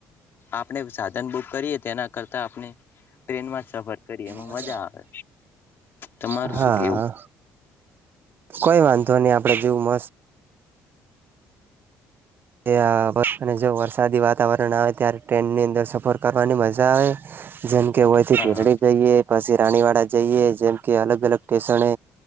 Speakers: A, on the left; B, on the right.
A: આપણે સાધન બુક કરીએ તેના કરતાં આપણે ટ્રેનમાં જ સફર કરીએ એમાં
B: મજા
A: આવે તમારું
B: આવે હા,
A: શું કેવું
B: કોઈ વાંધો નહી આપડે જેવું મસ્ત. એ આ વર્ષા જેવું વરસાદી વાતાવરણ આવે ત્યારે ટ્રેનની અંદર સફર કરવાની મજા આવે. જેમકે વયથી
A: હા
B: ગધડી
A: હા
B: જઈએ. પછી રાણીવાડા જઈએ જેમ કે અલગ અલગ સ્ટેશને